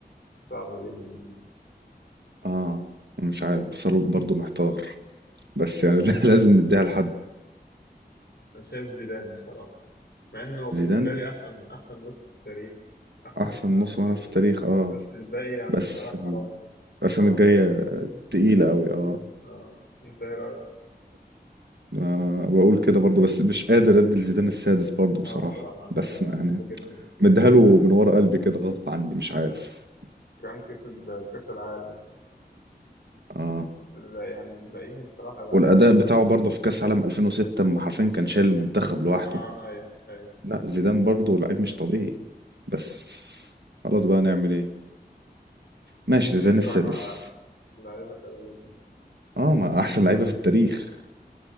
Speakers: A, on the left; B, on the right.
A: صعبة جدا دي
B: اه مش عارف بصراحة برضه محتار بس يعني <laughs> لازم نديها لحد
A: انا شايف زيدان بصراحة مع انه
B: زيدان
A: بالنسبة لي احسن احسن نص في التاريخ احسن
B: احسن
A: نص ملعب
B: نص
A: في التاريخ
B: ملعب في التاريخ اه
A: بس الباقي يعني
B: بس
A: بصراحة حرام
B: الاسامي
A: حرام
B: الجاية
A: يعني.
B: تقيلة قوي اه
A: اه انت ايه رأيك؟
B: انا بقول كده برضه بس مش قادر ادي لزيدان السادس برضه
A: اه
B: بصراحة
A: بصراحة انا
B: بس يعني
A: بحبه جدا
B: مديها له من ورا قلبي كده غصب عني مش عارف
A: كان كسب كأس العالم
B: اه
A: بس ال- يعني الباقيين بصراحة لعيبة
B: والاداء بتاعه برضه في كاس عالم 2006 اما حرفيا كان شايل المنتخب لوحده
A: اه ايوه ايوه
B: لا زيدان برضه لعيب مش طبيعي بس خلاص بقى نعمل ايه ماشي
A: هي
B: زيدان
A: القائمة
B: السادس
A: لعيبة حلوة جدا
B: اه ما احسن لعيبه
A: خش
B: في التاريخ